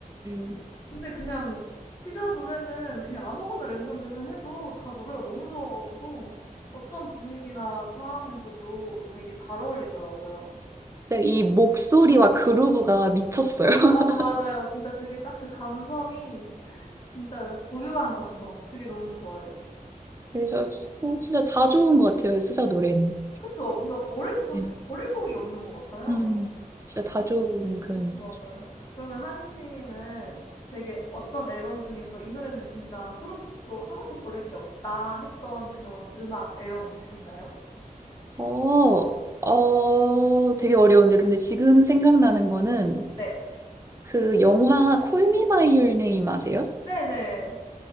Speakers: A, on the right; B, on the left.
A: 음.
B: 근데 그냥 시저 노래는 그냥 아무거나 랜덤 재생해도 다 노래가 너무 좋아 가지고 어떤 분위기나 상황에서도 되게 잘 어울리더라고요.
A: 근데 이 목소리와 그루브가 미쳤어요. <laughs>
B: 아 맞아요. 진짜 그게 딱 그 감성이 진짜 고요한 감성 그게 너무 좋아요.
A: 그래서 어, 진짜 다 좋은 것 같아요, 스사 노래는.
B: 그쵸. 뭔가 버릴 것이
A: 네.
B: 버릴 곡이 없는 것 같아요.
A: 음, 진짜 다 좋은 그런.
B: 음 맞아요. 그러면 하진 님은 되게 어떤 앨범 중에서 '이 노래는 진짜 수록곡도 하나도 버릴 게 없다.' 했던 그런 음악 앨범 있으신가요?
A: 어, 어, 되게 어려운데 근데 지금 생각나는 거는
B: 네.
A: 그 영화 콜미 바이 유 네임 아세요?
B: 네네.